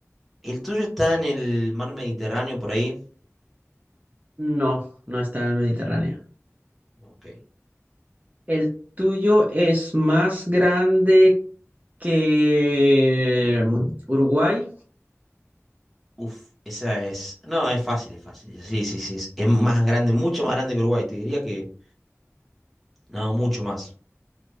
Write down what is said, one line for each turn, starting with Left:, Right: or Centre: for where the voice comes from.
Centre: ¿El tuyo está en el mar Mediterráneo por ahí?
Right: No, no está en el Mediterráneo.
Centre: Ok.
Right: ¿El tuyo es más grande que mm, Uruguay?
Centre: Uf, esa es. No, es fácil, es fácil. Sí, sí, sí. Es, es más grande, mucho más grande que Uruguay. Te diría que. No, mucho más.